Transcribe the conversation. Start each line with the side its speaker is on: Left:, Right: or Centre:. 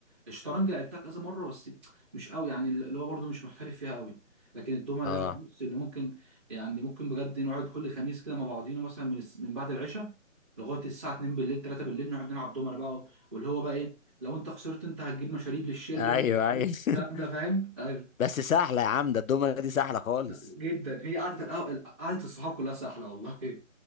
Right: الشطرنج لعبتها كذا مره بس مش قوي يعني اللي هو برضو مش محترف فيها قوي لكن الدومنه
Left: اه
Right: ده بقى بص اللي ممكن يعني ممكن بجد نقعد كل خميس كده مع بعضينا مثلا من الس- من بعد العشاء لغايه الساعه 2 بالليل 3 بالليل نقعد نلعب دومنه بقى واللي هو بقى ايه لو انت خسرت انت هتجيب مشاريب للشله
Left: ايوه
Right: وانت
Left: ايوه <laughs>
Right: الكلام ده فاهم ايوه
Left: بس سهله يا عم ده الدومنه دي سهله خالص
Right: جدا هي قعده القهوه قعده الصحاب كلها سهله والله